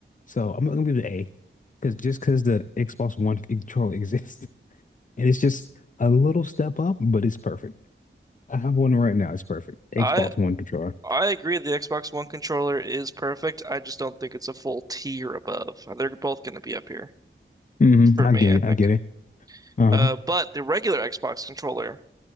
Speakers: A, on the left (about 40°); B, on the right (about 15°).
A: So I'm gonna give it an A, because just because the Xbox One controller exists, <laughs> and it's just a little step up, but it's perfect. I have one right now. It's perfect. Xbox
B: I
A: One controller.
B: I agree the Xbox One controller is perfect. I just don't think it's a full tier above. They're both going to be up here
A: hmm
B: for
A: I
B: me,
A: get
B: I
A: it.
B: think.
A: I get it. Uh-huh.
B: Uh, but the regular Xbox controller